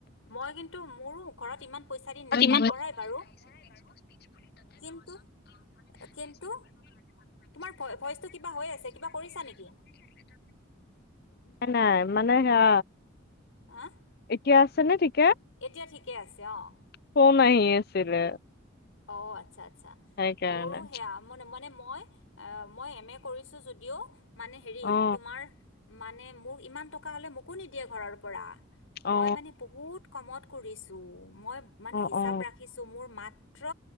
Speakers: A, on the left; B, on the left.
A: মই কিন্তু মোৰো, ঘৰত ইমান পইচা দি
B: নাই,
A: নপঢ়াই বাৰু কিন্তু কিন্তু তোমাৰ ভইচটো কিবা হৈ আছে কিবা কৰিছা নেকি
B: নাই, মানে হেয়া
A: হাঁ
B: এতিয়া আছে নে, থিক
A: এতিয়া ঠিকে আছে, অ'
B: ফোন আহি আছিলে
A: অ', আচ্ছা, আচ্ছা।
B: সেইকাৰণে
A: মোৰো সেয়া, মানে মা নে মই, মই এম এ কৰিছোঁ যদিওঁ মানে হেৰি,
B: অ
A: তোমাৰ মানে মোক, ইমান টকা হ'লে মোকো নিদিয়ে ঘৰৰ পৰা।
B: অ
A: মই মানে বহুত কমত কৰিছোঁ, মই মানে
B: অ
A: হিচাপ
B: অ
A: ৰাখিছোঁ, মোৰ মাত ত্ৰ